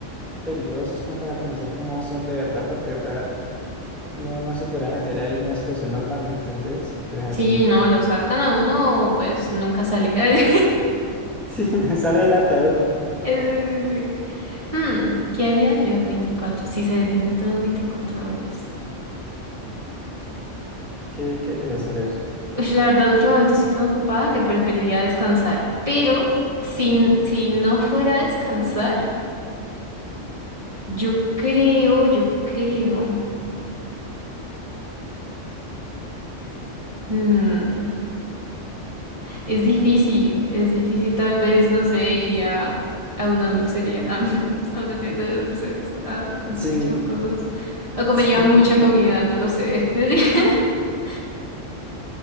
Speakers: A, in the centre; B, on the right.
A: peligrosos como para conocer cómo son de verdad, porque de verdad uno no se podría meter ahí en una situación normal, ¿me entendés? Entonces
B: Sí, no, lo sacan a uno, pues nunca sale. <laughs>
A: así, <laughs> sale en ataúd,
B: Sí, sí, sí. Hmm, ¿qué haría yo en 24? Si se detiene todo en 24 horas.
A: ¿qué querías saber?
B: Ush, la verdad, últimamente estoy tan ocupada que preferiría descansar. Pero si, si no fuera a descansar, Yo creo, yo creo. mm, es difícil, es difícil. Tal vez, no sé, iría a una dulcería, <laughs> a, una tienda de dulces, a comer
A: Sí,
B: muchas cosas. O comería
A: <laughs>
B: mucha comida, no lo sé. <laughs>